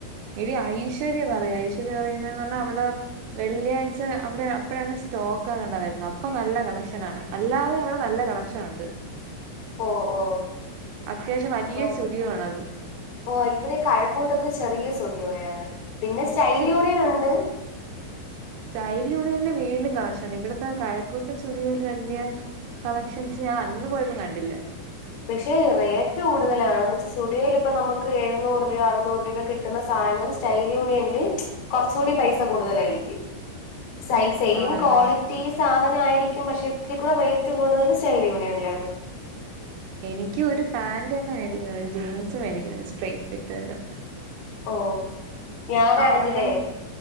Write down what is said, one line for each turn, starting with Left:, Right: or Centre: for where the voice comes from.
Right: എടീ ഐശ്വര്യ പറയഐശ്വര്യം പറയുന്നതന്ന് പറഞ്ഞാഅവിടെ വെള്ളിയാഴ്ച അവിടെ അപ്പഴാണ് സ്റ്റോക്ക് കണ്ട വരുന്നത് അപ്പൊ നല്ല കളക്ഷനാണ് അല്ലാതെ അവിടെ നല്ല കളക്ഷനുണ്ട്
Left: ഓ ഓ
Right: അത്യാവശ്യം വലിയ
Left: അപ്പൊ
Right: സ്റ്റുഡിയോ ആണത്
Left: ഓ ഇവിടെ കഴക്കൂട്ടത്ത് ചെറിയ സ്റ്റുഡിയോയാണ് പിന്നെ സ്റ്റൈൽ
Right: പക്ഷെ
Left: യൂണിയൻ ഉണ്ട്
Right: സ്റ്റൈൽ യൂണിയനി വീണ്ടും കളക്ഷണ്ട്‌ ഇവിടത്തെ കഴക്കൂട്ടം സ്റ്റുഡിയോല് അന്യ കളക്ഷൻസ് ഞാ അന്ന് പോയപ്പോ കണ്ടില്ല
Left: പക്ഷേ റേറ്റ് കൂടുതലാണ് എന്ന് വെചാൽ സുഡിയോയിൽ ഇപ്പൊ നമുക്ക് എഴുന്നൂറ് രൂഅ അറുന്നൂറ് രൂഅ കി കിട്ടുന്ന സാനം സ്റ്റൈൽ യൂണിയനില് കുറച്ചുകൂടി പൈസ കൂടുതലായിരിക്കും സൈ സെയിം
Right: ആണല്ലേ
Left: ക്വാളിറ്റീസ് സാധന ആയിരിക്കും പക്ഷെ ഇത്തിരി കൂടെ റേറ്റ് കൂടുതൽ സ്റ്റൈൽ യൂണിയനിലാണ്
Right: എനിക്ക് ഒരു പാന്റ് തന്ന മേടിക്കണം ഒരു ജീൻസും മേടിക്കണം സ്‌ട്രെയ്റ്റ് ഫിറ്റ് വല്ലോ
Left: ഓ ഞാനാണെങ്കിലേ
Right: ഓൺലൈൻ